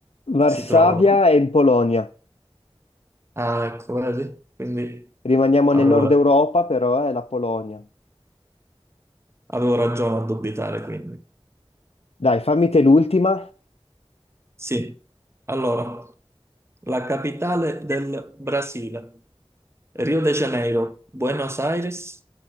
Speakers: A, on the left; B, on the right.
A: Varsavia
B: si trova.
A: è in Polonia.
B: Ah, ecco, vedi? Quindi
A: Rimaniamo
B: avevo,
A: nel nord
B: ra-
A: Europa, però è la Polonia.
B: avevo ragione a dubitare, quindi.
A: Dai, fammi te l'ultima.
B: Sì, allora, la capitale del Brasile, Rio de Janeiro, Buenos Aires,